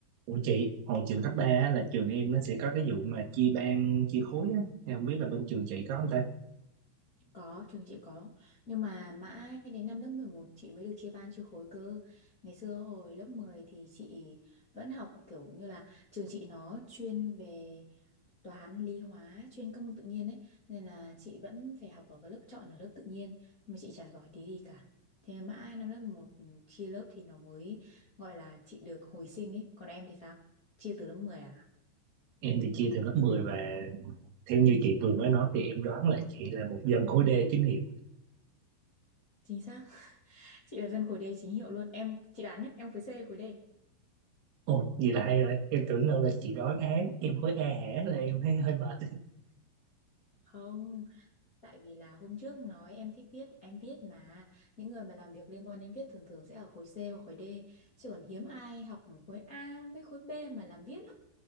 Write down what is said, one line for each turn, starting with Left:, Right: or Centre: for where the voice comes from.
Right: Ủa chị, hồi trường cấp 3 á, là trường em nó sẽ có cái vụ mà chia ban, chia khối á. Em không biết là bên trường chị có không ta?
Left: Có, trường chị có. Nhưng mà mãi đến năm lớp 11 chị mới được chia ban chia khối cơ. Ngày xưa hồi lớp 10 thì chị vẫn học kiểu như là trường chị nó chuyên về toán, lý hóa, chuyên các môn tự nhiên ấy. Nên là chị vẫn phải học ở cái lớp chọn ở lớp tự nhiên. Nhưng mà chị chả giỏi tí gì cả. Thế mà mãi năm lớp 11 chia lớp thì nó mới gọi là chị được hồi sinh ấy. Còn em thì sao? Chia từ lớp 10 à?
Right: Em thì chia từ lớp 10 và theo như chị vừa mới nói thì em đoán là chị là một dân khối D chính hiệu.
Left: Chính xác. <laughs> Chị là dân khối D chính hiệu luôn. Em, chị đoán nhé, em khối C hay khối D?
Right: Ồ, vậy là hay rồi. Em tưởng đâu là chị đoán á, em khối A hả là em thấy hơi mệt.
Left: Không. Tại vì là hôm trước nói em thích viết, em viết mà những người mà làm việc liên quan đến viết thường thường sẽ ở khối C hoặc khối D, chứ còn hiếm ai học khối A với khối B mà làm viết lắm.